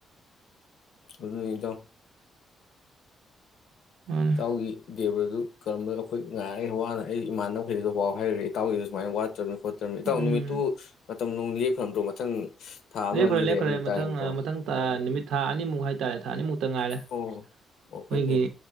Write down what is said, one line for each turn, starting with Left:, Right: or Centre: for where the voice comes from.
Left: ꯑꯗꯨꯅꯤ ꯏꯇꯥꯎ
Right: ꯃꯥꯅꯤ
Left: ꯏꯇꯥꯎꯒꯤ ꯗꯦꯕꯔꯗꯨ ꯀꯔꯃꯗꯨ ꯑꯩꯈꯣꯏ ꯉꯥꯏ ꯋꯥꯅ ꯑꯩ ꯏꯃꯥꯟꯅꯕꯈꯩꯗꯁꯨꯥꯎ ꯍꯥꯏꯔꯈꯦ ꯏꯥꯎꯒꯤꯁꯨ ꯁꯨꯃꯥꯏꯅ ꯋꯥꯠ ꯆꯪꯗꯅ ꯈꯣꯠꯇꯅ ꯏꯇꯥꯎ
Right: ꯎꯝ
Left: ꯅꯨꯃꯤꯠꯇꯨ ꯃꯇꯝ ꯅꯨꯡ ꯂꯦꯞꯈ꯭ꯔꯕ ꯅꯠꯇ꯭ꯔꯣ ꯃꯊꯪ ꯊꯥ ꯑꯃ
Right: ꯂꯦꯄ
Left: ꯑꯅꯤ
Right: ꯈ꯭ꯔꯦ ꯂꯦꯄ
Left: ꯂꯩꯔꯝꯗꯥꯏ
Right: ꯈ꯭ꯔꯦ ꯃꯊꯪ
Left: ꯅꯠꯇ꯭ꯔꯣ
Right: ꯃꯊꯪ
Left: ꯑꯣ
Right: ꯅꯨꯃꯤꯠ ꯊꯥ ꯑꯅꯤꯃꯨꯛ ꯍꯥꯏꯇꯥꯔꯦ ꯊꯥ ꯑꯅꯤꯃꯨꯛꯇ ꯉꯥꯏꯔꯦ ꯑꯩꯈꯣꯏꯒꯤ
Left: ꯑꯣ ꯑꯣ ꯐꯩ ꯐꯩ